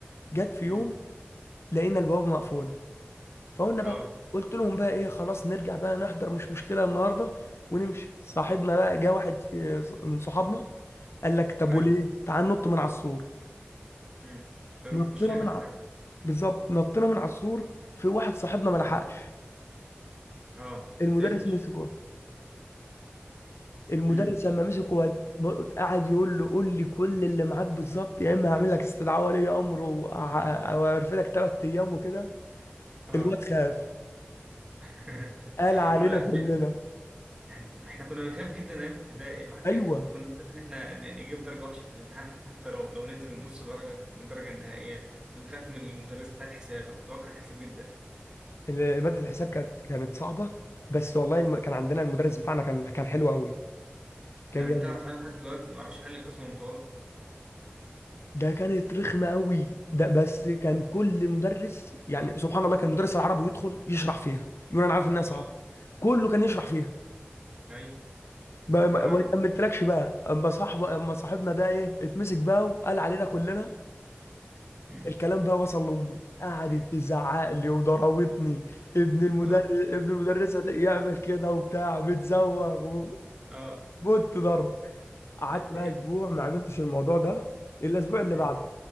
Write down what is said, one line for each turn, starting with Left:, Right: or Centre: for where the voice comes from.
Left: جت في
Right: امم
Left: يوم لقينا البوابه مقفوله فقلنا
Right: اه
Left: بقى قلت لهم بقى ايه خلاص نرجع بقى نحضر مش مشكله النهارده ونمشي صاحبنا بقى جه واحد في من صحابنا قال لك طب
Right: ايوه
Left: وليه تعال نط من على السور
Right: امم ده المشاغب
Left: نطينا من على
Right: بتاعك
Left: بالظبط نطينا من على السور في واحد صاحبنا ما لحقش
Right: اه
Left: المدرس
Right: اتقفش
Left: مسكه المدرس
Right: امم
Left: لما مسكه هو ب- قعد يقول له قول لي كل اللي معاك بالظبط يا اما هعمل لك استدعاء ولي امر وه- وهرفدك ثلاث ايام وكده
Right: اه
Left: الواد خاف
Right: <laughs>
Left: قال علينا
Right: اه
Left: كلنا
Right: احنا احنا إحنا كنا بنخاف جدا ايام ابتدائي الواحد
Left: ايوه
Right: كان يكون بيخاف ان احنا ن- نجيب درجه وحشه في الامتحان حتى لو لو ننزل نص درجه من الدرجه النهائيه بنخاف من المدرس بتاع الحساب انا كنت بكره الحساب جدا
Left: ال- ماده الحساب كانت كانت صعبه بس والله الم... كان عندنا المدرس بتاعنا كان كان حلو قوي كان
Right: انا
Left: جامد
Right: انت تعرف انا لحد دلوقتي ما بعرفش احل القسمه المطوله
Left: ده كانت رخمة قوي ده بس
Right: <laughs>
Left: كان كل مدرس يعني سبحان الله كان مدرس العربي يدخل يشرح فيها يقول انا عارف انها صعبة
Right: اه
Left: كله كان يشرح فيها
Right: ايوه
Left: ما ما-
Right: انا
Left: ما
Right: انا
Left: كملتلكش بقى اما صاحب اما صاحبنا ده ايه اتمسك بقى وقال علينا كلنا
Right: <coughs>
Left: الكلام بقى وصل لامي قعدت
Right: <laughs>
Left: تزعق لي وضربتني ابن المدرس
Right: اه
Left: ابن المدرسه ده يعمل كده وبتاع بتزوغ و-
Right: اه
Left: بوت ضرب قعدت
Right: لا
Left: بقى اسبوع ما عملتش الموضوع ده الا الاسبوع اللي
Right: مم.
Left: بعده